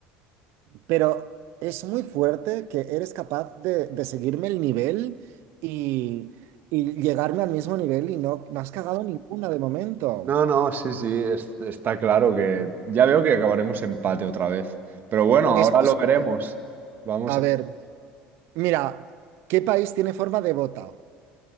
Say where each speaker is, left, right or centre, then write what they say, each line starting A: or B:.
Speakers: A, on the right; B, on the right.
A: Pero es muy fuerte que eres capaz de, de seguirme el nivel y, y llegarme al mismo nivel y no, no has cagado ninguna de momento.
B: No, no, sí, sí, es- está claro que ya veo que acabaremos empate otra vez. Pero bueno,
A: Es
B: ahora
A: posible.
B: lo veremos. Vamos
A: A
B: a
A: ver,
B: ver.
A: mira, ¿qué país tiene forma de bota?